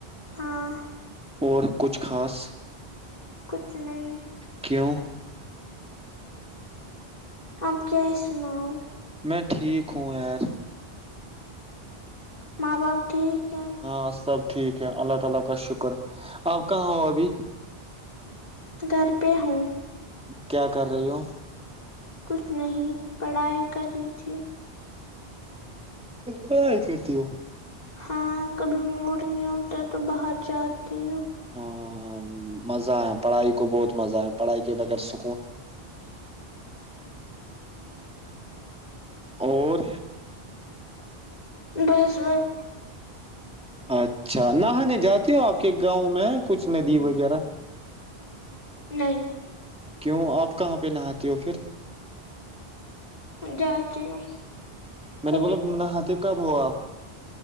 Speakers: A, on the left; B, in the centre.
A: ہاں
B: اور کچھ خاص
A: کچھ نہیں
B: کیونہ
A: آپ کیا ہے سناؤ
B: میں ٹھیک ہوں یار
A: ماں باپ ٹھیک ہے
B: ہاں سب ٹھیک ہے اللہ تعالی کا شکر آپ کہاں ہو ابھی
A: گھر پہ ہوں
B: کیا کر رہی ہو
A: کچھ نہیں پڑھائی کری تھی
B: بس کرتی ہو
A: ہاں کبھی موڈ نہیں ہوتا تو باہر جاتے ہیں
B: ہاں ہاں مزہ ہے پڑھائی کو بہت مزہ ہے پڑھائی کے بغیر س اور
A: م دس بس
B: ہ اچھا نہانے جاتی ہو آپ کے گاؤں میں کچھ ندی وغیرہ
A: نہیں
B: کیوں آپ کہاں پہ نہاتے ہو پھر
A: جاتی ہوں
B: میں
A: کبھی
B: نے بولا نہ ہاتے کب ہو آپ